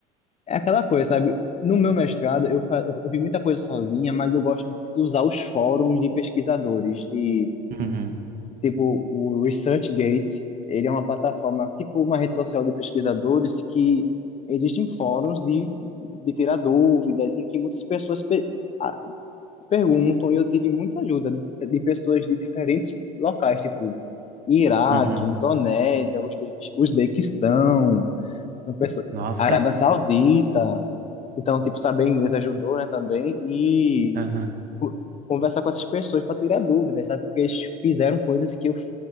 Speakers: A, on the left (about 40°); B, on the right (about 55°).
A: É aquela coisa, sabe? No meu mestrado, eu, fa- eu, eu vi muita coisa sozinha, mas eu gosto muito de usar os fóruns de pesquisadores, de
B: Uhum,
A: tipo o ResearchGate. Ele é uma plataforma, tipo uma rede social de pesquisadores que existem fóruns de, de tirar dúvidas, em que muitas pessoas pe- a- perguntam, e eu tive muita ajuda de, de pessoas de diferentes locais, tipo Iraque,
B: uhum.
A: Indonésia, Uzbe- Uzbequistão, são pessoas-
B: Nossa.
A: Arábia Saudita. Então, tipo, saber inglês ajudou, né, também. E
B: Aham,
A: co- conversar com essas pessoas para tirar dúvidas, sabe? Porque eles fizeram coisas que eu, que